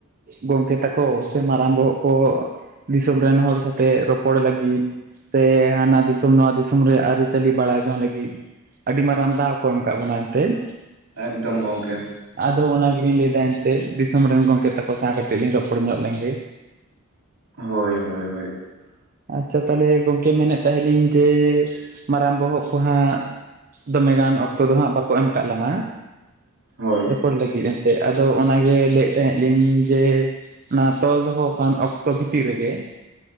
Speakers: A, on the right (about 40°); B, on the right (about 65°).
A: ᱜᱚᱝᱠᱮ ᱛᱟᱠᱚ ᱥᱮ ᱢᱟᱨᱟᱝ ᱵᱚᱦᱚᱜ ᱠᱚ ᱫᱤᱥᱚᱢ ᱨᱮᱱ ᱦᱚᱲ ᱥᱟᱛᱮ ᱨᱚᱯᱚᱲ ᱞᱟᱹᱜᱤᱫ, ᱥᱮ ᱦᱟᱱᱟ ᱫᱤᱥᱚᱢ ᱱᱚᱣᱟ ᱫᱤᱥᱚᱢ ᱨᱮ ᱟᱹᱨᱤᱪᱟᱹᱞᱤ ᱵᱟᱲᱟᱭ ᱡᱚᱝ ᱞᱟᱹᱜᱤᱫ, ᱟᱹᱰᱤ ᱢᱟᱨᱟᱝ ᱫᱟᱣ ᱠᱚ ᱮᱢ ᱟᱠᱟᱫ ᱵᱚᱱᱟ ᱮᱱᱛᱮᱫ
B: ᱮᱠᱫᱚᱢ ᱜᱚᱝᱠᱮ
A: ᱟᱫᱚ ᱚᱱᱟ ᱜᱮᱞᱤᱧ ᱞᱟᱹᱭᱫᱟ ᱮᱱᱛᱮᱫ ᱫᱤᱥᱚᱢ ᱨᱮᱱ ᱜᱚᱝᱠᱮ ᱛᱟᱠᱚ ᱥᱟᱶᱛᱮ ᱞᱤᱧ ᱨᱚᱯᱚᱲ ᱧᱚᱜ ᱞᱮᱱ ᱜᱮ᱾
B: ᱦᱳᱭ-ᱦᱳᱭ-ᱦᱳᱭ
A: ᱟᱪᱪᱷᱟ ᱛᱟᱦᱚᱞᱮ ᱜᱚᱝᱠᱮ ᱢᱮᱱᱮᱫ ᱛᱟᱦᱮᱸ ᱞᱤᱧ ᱡᱮ ᱢᱟᱨᱟᱝ ᱵᱚᱦᱚᱜ ᱠᱚ ᱦᱟᱸᱜ ᱫᱚᱢᱮ ᱜᱟᱱ ᱚᱠᱛᱚ ᱫᱚ ᱦᱟᱸᱜ ᱵᱟᱠᱚ ᱮᱢ ᱠᱟᱜ ᱞᱟᱝᱜᱼᱟ
B: ᱦᱳᱭ
A: ᱨᱚᱯᱚᱲ ᱞᱟᱹᱜᱤᱫ ᱮᱱᱛᱮᱫ ᱟᱫᱚ ᱚᱱᱟᱜᱮ ᱞᱟᱹᱭᱮᱫ ᱛᱟᱦᱮᱸᱞᱤᱧ ᱡᱮᱼᱼ ᱚᱱᱟ ᱛᱚᱞ ᱫᱚᱦᱚᱣ ᱠᱟᱱ ᱚᱠᱛᱚ ᱵᱷᱤᱛᱤᱨ ᱨᱮᱜᱮ᱾